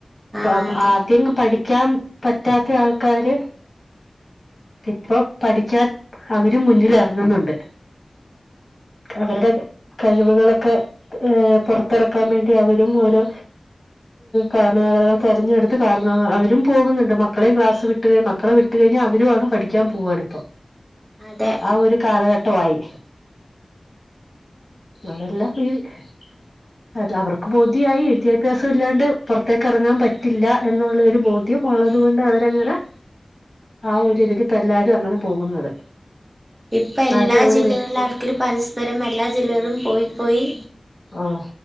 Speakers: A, on the right; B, on the left.
A: ആ
B: അ
A: അതെ
B: ആദ്യം പഠിക്കാൻ പറ്റാത്ത ആൾക്കാര് പ്പൊ പഠിക്കാൻ അവരും മുന്നിലിറങ്ങുന്നുണ്ട് അവരുടെട കഴിവുകളൊക്കെ ഏപൊറത്ത്റക്കാൻ വേണ്ടി അവരും ഓരോ കാരണവരെ തെരഞ്ഞെടുത്ത് കാരണ അവരും പോകുന്നുണ്ട് മക്കളെയും ക്ലാസ് വിട്ടുകയും മക്കളെ വി ട്ടു കഴിഞ്ഞാൽ അവരു ആണ് പഠിക്കാൻ പോവണിപ്പൊ
A: അതെ
B: ആ ഒരു കാലഘട്ടമായി അതെല്ലാം നീത് <unintelligible> അ ത അവർക്ക് ബോധ്യയായി വിദ്യാഭ്യാസം ഇല്ലാണ്ട് പുറത്തേക്ക് എ റങ്ങാൻ പറ്റില്ല എന്നുള്ള ഒരു ബോധ്യ ധ്യം
A: അതെ
B: ഉള്ളത് കൊണ്ട് അവരങ്ങനെ ആ ഒരു ഇതിലിപ്പ എല്ലാരും അങ്ങനെ പോകുന്നത്
A: ഇപ്പൊ എല്ലാ
B: ആരും അങ്ങനെ
A: ജില്ലകളിലെൾക്കാര്
B: വീട്ട
A: പരസ്പരം എല്ലാ ജില്ലകളും പോയി പോയി.
B: ആഹ്